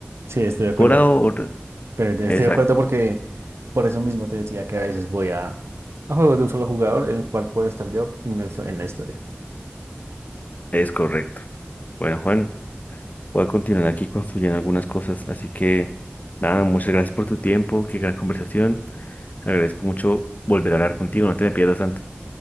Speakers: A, on the right; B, on the left.
A: Sí, estoy de acuerdo.
B: Por ahora,
A: Pero te- estoy
B: exacto,
A: de acuerdo porque por eso mismo te decía que a veces voy a, a juegos de un solo jugador en el cual puedo estar yo inmerso en la historia.
B: es correcto. Bueno, Juan. Voy a continuar aquí construyendo algunas cosas. Así que, nada, muchas gracias por tu tiempo. Qué gran conversación. Agradezco mucho volver a hablar contigo. No te me pierdas tanto.